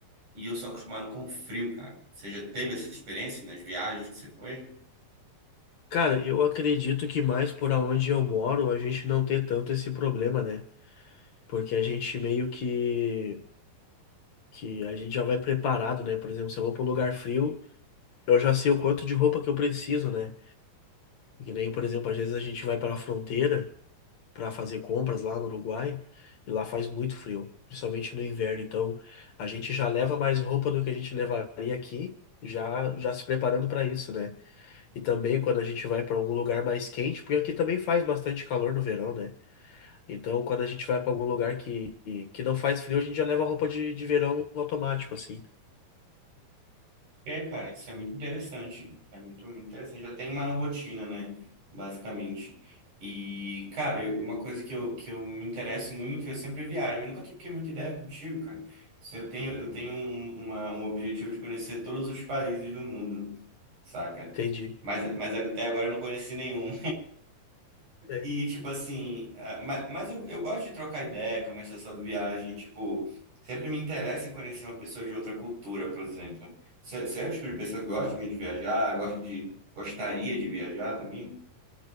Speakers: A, on the right; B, on the left.
A: e eu sou acostumado com frio, cara. Você já teve essa experiência nas viagens que você foi?
B: Cara, eu acredito que mais por aonde eu moro, a gente não ter tanto esse problema, né? Porque a gente meio que que a gente já vai preparado, né? Por exemplo, se eu vou para um lugar frio, eu já sei o quanto de roupa que eu preciso, né? Que nem, por exemplo, às vezes a gente vai para a fronteira para fazer compras lá no Uruguai e lá faz muito frio, principalmente no inverno. Então a gente já leva mais roupa do que a gente levaria aqui, já já se preparando para isso, né? E também quando a gente vai para algum lugar mais quente, porque aqui também faz bastante calor no verão, né? Então quando a gente vai para algum lugar que que não faz frio, a gente já leva roupa de, de verão automático, assim.
A: É, cara, isso é muito interessante. É muito interessante. Já tem uma rotina, né? Basicamente. E, cara, eu- uma coisa que eu, que eu me interesso muito, eu sempre viajo. Eu nunca troquei muita ideia contigo, cara. Se Eu tenho, eu tenho um, uma- um objetivo de conhecer todos os países do mundo, saca?
B: Entendi.
A: Mas, mas até agora eu não conheci nenhum.
B: É.
A: E, tipo assim, ah, ma- mas eu, eu gosto de trocar ideia, conversar sobre viagem, tipo, sempre me interessa em conhecer uma pessoa de outra cultura, por exemplo. Você você é o tipo de pessoa que gosta de viajar, gosta de, gostaria de viajar também?